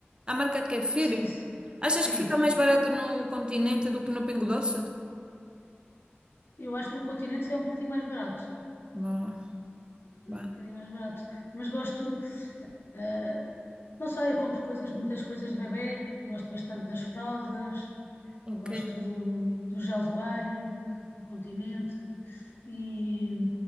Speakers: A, on the right; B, on the left.
A: A marca kefir?
B: Sim, sim,
A: Achas
B: sim.
A: que fica mais barato no continente do que no Pingo Doce?
B: Eu acho que no continente é um bocadinho mais barato.
A: Não,
B: É
A: vá,
B: um bocadinho mais barato. Mas gosto. ah, Não sei, eu compro coisas, muitas coisas de bebé, gosto bastante das fraldas,
A: ok.
B: gosto do, do gel de banho, do continente e,